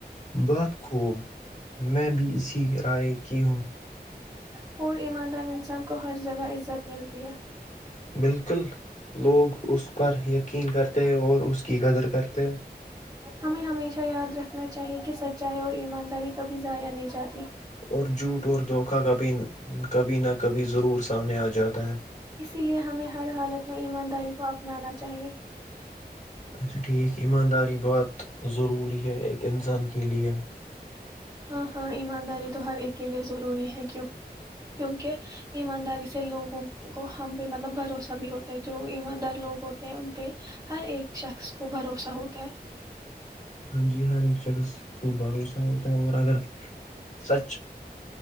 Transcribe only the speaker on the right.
پور ایماندار انسان کو ہر جگہ عزت ملتی ہے
ہمیں ہمیشہ یاد رکھنا چاہیے کہ سچ چائے اور ایمانداری کبھی ضائع نہیں جاتی
اسی لیے ہمیں ہر حالت میں ایم داری کو اپنانا چاہیے
ہاں ہاں ایمانداری تو ہر ایک کے لیے ضروری ہے کی کیونکہ ایمانداری سے لوگوں کو ہم پہ مطلب بھروسہ بھی ہوتا ہے جو ایماندار لوگ ہوتے ہیں ان پہ ہر ایک شخص کو بھروسہ ہوتا ہے